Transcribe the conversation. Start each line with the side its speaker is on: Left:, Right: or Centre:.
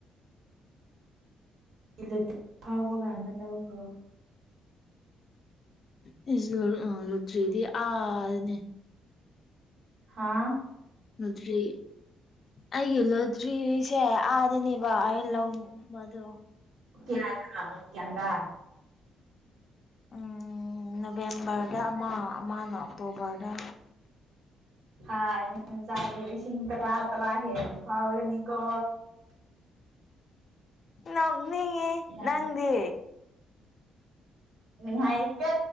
Right: ꯏꯂꯦꯇꯤꯛ ꯐꯥꯎꯕ ꯀꯥꯟꯗ ꯂꯧꯈ꯭ꯔꯣ
Left: <unintelligible> ꯂꯣꯇ꯭ꯔꯤꯗꯤ ꯑꯥꯔꯅꯦ
Right: ꯍꯥꯥ
Left: ꯂꯣꯇ꯭ꯔꯤ ꯑꯩꯒꯤ ꯂꯣꯇ꯭ꯔꯤ ꯁꯦ ꯑꯥꯗꯅꯦꯕ ꯑꯩꯅ ꯂꯧ ꯕꯗꯣ
Right: ꯇꯤꯌꯥꯗꯅ ꯇꯤꯌꯥꯗ
Left: ꯎꯝ ꯅꯣꯕꯦꯝꯕꯔꯗ ꯑꯃ ꯑꯃꯅ ꯑꯣꯛꯇꯣꯕꯔꯗ
Right: ꯍꯥꯏ ꯃꯤ ꯆꯥꯗꯤ ꯂꯤꯁꯤꯡ ꯇꯔꯥ ꯇꯔꯥ ꯍꯦꯟꯅ ꯐꯥꯎꯔꯅꯤ ꯀꯣ
Left: ꯅꯣꯛꯅꯤꯡꯉꯤ
Right: ꯌꯥꯝ
Left: ꯅꯪꯗꯤ
Right: ꯅꯨꯡꯉꯥꯏꯀꯣ